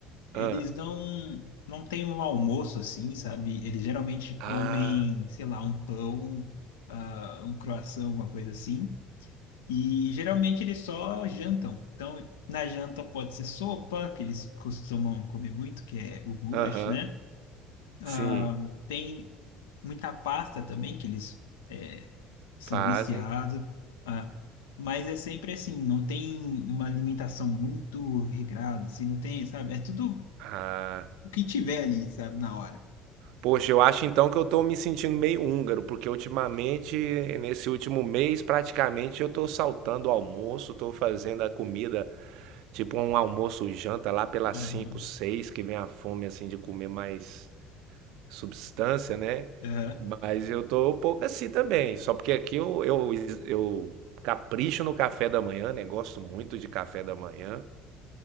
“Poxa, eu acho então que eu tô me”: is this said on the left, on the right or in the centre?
Right